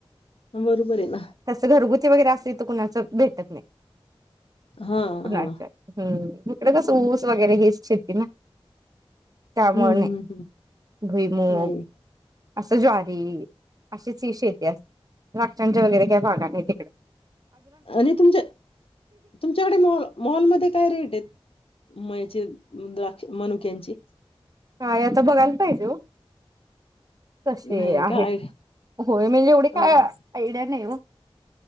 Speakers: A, on the left; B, on the right.
A: बरोबर आहे ना.
B: घरगुती वगैरे आस हित कुणाच भेटत नाही.
A: हां,
B: कुणाचा
A: हां.
B: हम्म. हिकड कसं ऊस वगैरे हेच शेती ना. त्यामुळे
A: हं,
B: नाही
A: हं, हं.
B: भुईमुग.
A: नाही
B: असं ज्वारी अशीच ही शेती असते द्राक्षांच्या वगैरे काही बागा नाही तिकडं.
A: आणि तुमचे तुमच्याकडे मॉल मॉलमध्ये काय रेट आहेत. मयाचे द्राक्ष मनुक्यांचे
B: नाही आता बघायला पाहिजे ओ. तसे
A: नाही
B: आहेत
A: का? आय
B: होय म्हणजे एवढी
A: हां,
B: काय
A: हां.
B: आयडिया नाही ओ.